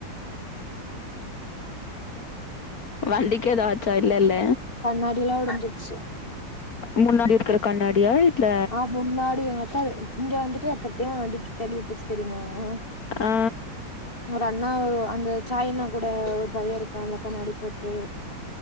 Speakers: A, on the left; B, on the left.
A: வண்டிக்கு ஏதா ஆச்சா இல்ல இல்ல
B: கண்ணாடிய எல்லா உடைஞ்சிருச்சு
A: முன்னாடி இருக்கிற கண்ணாடியா இல்ல
B: ஆ முன்னாடி எங்கத்தா இங்க வந்துட்டு எத்தத்தமா வண்டி த தளி விட்டுச்சு தெரியுமா ஆ
A: ஆ
B: ஒரு அண்ணா ஆ அந்த சாய்னா கூட ஒரு பைய இருப்பால்ல கண்ணாடி போட்டு